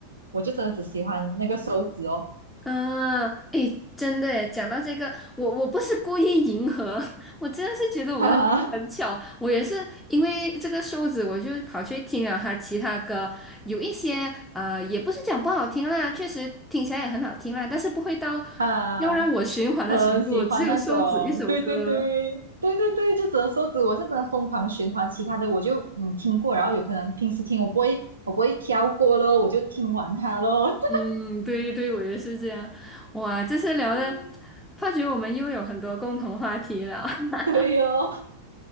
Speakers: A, on the right; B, in the centre.
A: 我就真的只喜欢那个手指哦，
B: 嗯，诶，真的诶，讲到这个，我我不是故意迎合，<laughs> 我真的是觉得我们俩很巧。
A: <laughs> 哈哈
B: 我也是因为这个瘦子，我就跑去听了他其他歌，有一些呃，也不是讲不好听啦，确实听起来也很好听啦，但是不会到
A: 啊，
B: 要让我循环的程度，
A: 很喜欢那种，
B: 只有瘦子一首歌。
A: 对对对对对对，就只有手指，我是真的疯狂循环，其他的我就嗯听过，然后有可能平时听我不会我不会挑过咯，我就听完它咯，<laughs>
B: 嗯，对对，我也是这样。哇，这次聊的，
A: 嗯，
B: 发觉我们又有很多共同话题了。<laughs>
A: 对哦，